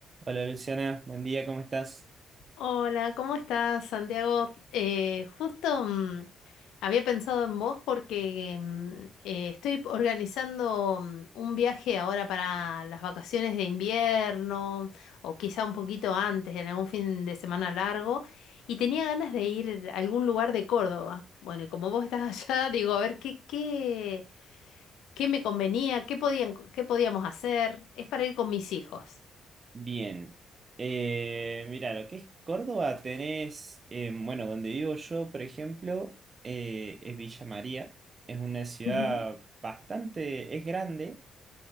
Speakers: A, on the right (about 35°); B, on the left (about 80°).
A: Hola Luciana, buen día, ¿cómo estás?
B: Hola, ¿cómo estás, Santiago? Eh, justo mm, había pensado en vos porque mm, eh, estoy organizando mm, un viaje ahora para las vacaciones de invierno o quizá un poquito antes, en algún fin de semana largo, y tenía ganas de ir a algún lugar de Córdoba. Bueno, y como vos estás allá, <laughs> digo, a ver qué, qué, qué me convenía, qué podían, qué podíamos hacer. Es para ir con mis hijos.
A: Bien. Eh, mira, lo que es Córdoba tenés, eh, bueno, donde vivo yo, por ejemplo, eh, es Villa María. Es una ciudad
B: Ujú.
A: bastante, es grande,